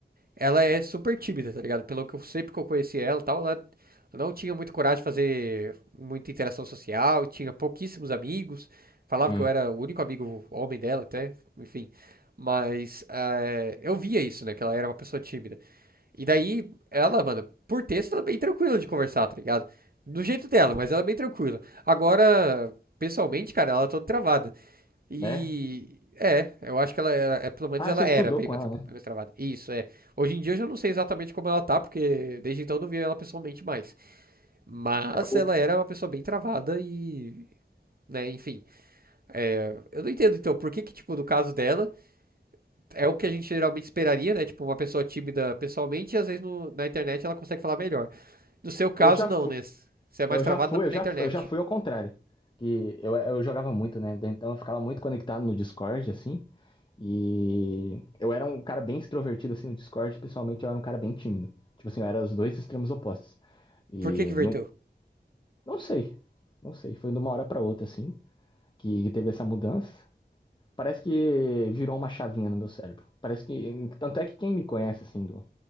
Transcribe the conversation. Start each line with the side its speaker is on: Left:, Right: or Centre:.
Right: ela é super tímida, tá ligado? Pelo que eu sempre que eu conheci ela e tal, ela não tinha muito coragem de fazer muita interação social, tinha pouquíssimos amigos, falava
Left: Hum.
Right: que eu era o único amigo homem dela até, enfim. Mas eh, eu via isso, né? Que ela era uma pessoa tímida. E daí, ela, mano, por texto, ela é bem tranquila de conversar, tá ligado? Do jeito dela, mas ela é bem tranquila. Agora, pessoalmente, cara, ela é toda travada. E
Left: É?
Right: é, eu acho que ela era, é, pelo menos
Left: Ah,
Right: ela
Left: você estudou
Right: era bem
Left: com
Right: mais,
Left: ela,
Right: tra-
Left: né?
Right: mais travada. Isso, é. Hoje em dia eu já não sei exatamente como ela tá, porque desde então eu não vi ela pessoalmente mais. Mas
Left: É, o-
Right: ela era uma pessoa bem travada e, né, enfim. É, eu não entendo então por que que, tipo, no caso dela, é o que a gente geralmente esperaria, né? Tipo, uma pessoa tímida pessoalmente e às vezes no- na internet ela consegue falar melhor. No seu caso,
Left: Eu já
Right: não,
Left: fui,
Right: né? Você é mais
Left: eu
Right: travado
Left: já fui,
Right: na,
Left: eu
Right: na
Left: já,
Right: internet.
Left: fu- eu já fui ao contrário. Que eu, eu jogava muito, né? Então eu ficava muito conectado no Discord, assim. E eu era um cara bem extrovertido assim no Discord, pessoalmente eu era um cara bem tímido. Tipo assim, eu era os dois extremos opostos. E
Right: E por que que inverteu?
Left: não, não sei, não sei, foi de uma hora pra outra assim que, que teve essa mudança. Parece que virou uma chavinha no meu cérebro. Parece que tanto é que quem me conhece assim do,